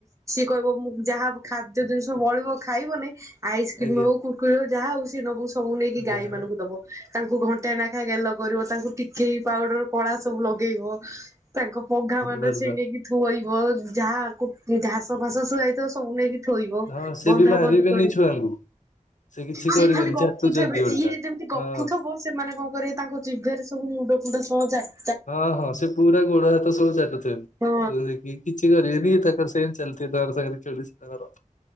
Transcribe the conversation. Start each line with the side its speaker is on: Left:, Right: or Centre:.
Right: କହିବ ମୁ ଯାହା ଖାଦ୍ୟ ଜିନିଷ ବଳିବ ଖାଇବନି ଆଇସ୍କ୍ରିମ
Left: ଆଜ୍ଞା।
Right: ହଉ କୁ ରକୁରି ଯାହା ହଉ। ସେ ନବ ସବୁ ନେଇକି ଗାଈ
Left: ଯାହା
Right: ମାନଙ୍କୁ ଦବ। ତାଙ୍କୁ ଘଣ୍ଟାଏ ନାଖା ଗେଲ କରିବ। ତାଙ୍କୁ ଟିକିଲି, ପାଉଡର କଳା ସବୁ ଲଗେଇବ। ତାଙ୍କ ପଘା ମାନ
Left: ଭଲ
Right: ସେ ନେଇକି ଥୁଆଇବ। ଯାହା ଘାସ ଫାସ ଶୁଆାଇଥିବ ସବୁ ନେଇକି ଥୋଇବ।
Left: ହଁ ସେ
Right: ବନ୍ଧା
Left: ବି ମାରିବେନି
Right: ବନ୍ଧି କରିବ।
Left: ଛୁଆଙ୍କୁ। ସେ କିଛି
Right: ସିଏ
Left: କରିବେନି
Right: ଖାଲି ଗପୁଥିବ
Left: ଚାଟୁଛନ୍ତି ଓଲଟା
Right: ଇଏ ଯେମିତି ଗପୁଥିବ
Left: ହଁ
Right: ସେମାନେ କଣ କରିବେ ତାଙ୍କ ଜିଭରେ ସବୁ ମୁଣ୍ଡ ମୁ ସଜା <unintelligible>
Left: ହଁ ହଁ, ସେ ପୁରା ଗୋଡ ହାତ ସବୁ ଚାଟୁ ଥିବେ,
Right: ହଁ
Left: ଦେଖିକି କିଛି ଛି, <unintelligible> ତାଙ୍କର ସେ ଚାଲି ତର ସାଙ୍ଗରେୁର